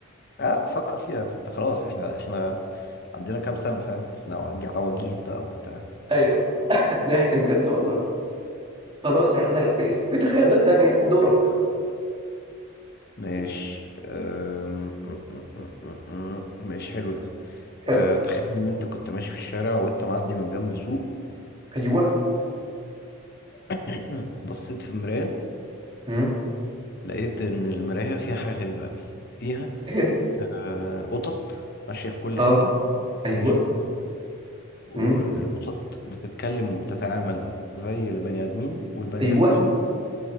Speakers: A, on the left (about 45°); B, on the right (about 25°).
A: اه فكر فيها انت خلاص احنا احنا عندنا كام سنة فاهم احنا عواج- عواجيز بقى وبتاع
B: أيوه <laughs> ضحك بجد والله خلاص إحنا في في تخيلات تانية دورك
A: ماشي أم، أم، أم، أم، أم. ماشي حلو ده
B: حلو
A: أه، تخيل ان انت كنت ماشي في الشارع وانت معدي من جنب سوق
B: أيوه
A: <clears throat> بصيت في المراية
B: مم.
A: لقيت ان المراية فيها حاجة غريبة قوي فيها
B: <laughs>
A: أه، قطط ماشية في كل
B: اه
A: حتة
B: ايوه
A: ماشي والقطط
B: مم.
A: بتتكلم وبتتعامل زي البني ادمين والبني
B: ايوه
A: ادمين